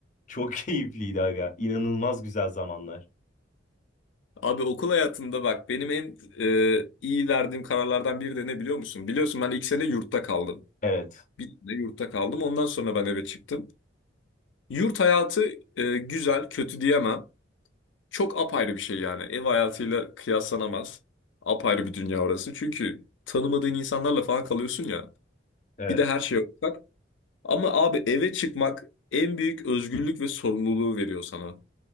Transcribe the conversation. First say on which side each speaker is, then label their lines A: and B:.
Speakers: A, on the left; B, on the left.
A: Çok <laughs> keyifliydi aga. İnanılmaz güzel zamanlar.
B: Abi okul hayatında bak benim en e, iyi verdiğim kararlardan biri de ne biliyor musun? Biliyorsun ben ilk sene yurtta kaldım.
A: Evet.
B: Bir sene yurtta kaldım. Ondan sonra ben eve çıktım. Yurt hayatı e, güzel, kötü diyemem. Çok apayrı bir şey yani. Ev hayatıyla kıyaslanamaz. Apayrı bir dünya orası. Çünkü tanımadığın insanlarla falan kalıyorsun ya.
A: Evet.
B: Bir de her şey ortak. Ama abi eve çıkmak en büyük özgürlük ve sorumluluğu veriyor sana.